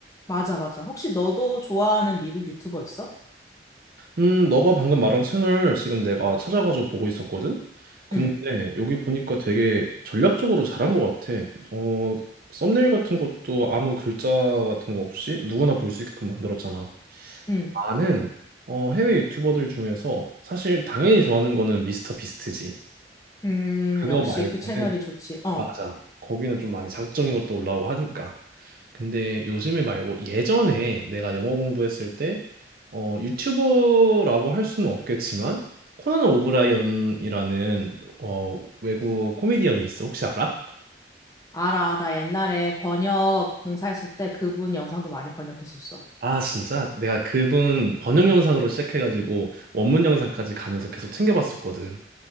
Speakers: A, on the left; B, on the right.
A: 맞아, 맞아. 혹시 너도 좋아하는 미국 유튜버 있어?
B: 음, 너가 방금 말한 채널 지금 내가 찾아가지고 보고 있었거든? 근데
A: 응,
B: 여기 보니까 되게 전략적으로 잘한 것 같아. 어, 썸네일 같은 것도 아무 글자 같은 거 없이 누구나 볼 수 있게끔 만들었잖아.
A: 응.
B: 나는 어, 해외 유튜버들 중에서 사실 당연히 좋아하는 거는 미스터 비스트지.
A: 음,
B: 그거
A: 역시
B: 말고는
A: 그 채널이 좋지. 어,
B: 맞아. 거기는 좀 많이 자극적인 것도 올라오고 하니까. 근데 요즘에 말고 예전에 내가 영어 공부했을 때 어, 유튜버라고 할 수는 없겠지만 코난 오브라이언이라는 어, 외국 코미디언이 있어. 혹시 알아?
A: 알아. 나 옛날에 번역 봉사했을 때 그분 영상도 많이 번역했었어.
B: 아, 진짜? 내가 그분 번역 영상으로 시작해가지고 원문 영상까지 가면서 계속 챙겨봤었거든.